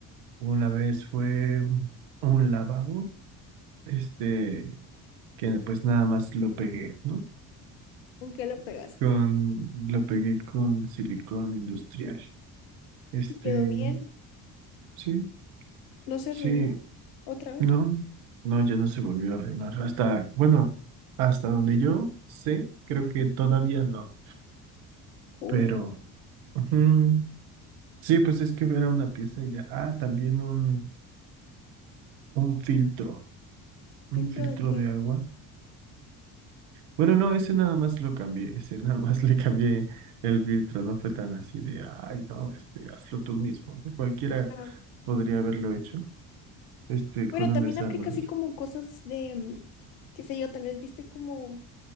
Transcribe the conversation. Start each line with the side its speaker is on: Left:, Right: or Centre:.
Right: una vez fue un lavabo, este, que pues nada más lo pegué, ¿no?
Left: ¿Con qué lo pegaste?
Right: Con, lo pegué con silicón industrial. Este,
Left: ¿Y quedó bien?
Right: sí,
Left: ¿No se
Right: sí,
Left: arruinó otra vez?
Right: no, no, ya no se volvió a arreglar. Hasta, bueno, hasta donde yo sé, creo que todavía no,
Left: Cool.
Right: pero ujú, sí, pues es que era una pieza y ya. Ah, también un Un filtro, un
Left: ¿Filtro
Right: filtro
Left: de qué?
Right: de agua. Bueno, no, ese nada más lo cambié, ese <laughs> nada más le cambié el filtro, no fue tan así de, ay, no, este, hazlo tú mismo, ¿no? Cualquiera
Left: Ah,
Right: podría haberlo hecho, este,
Left: bueno,
Right: con un
Left: también
Right: desarmador.
Left: aplica así como cosas de, mm, qué sé yo, tal vez viste como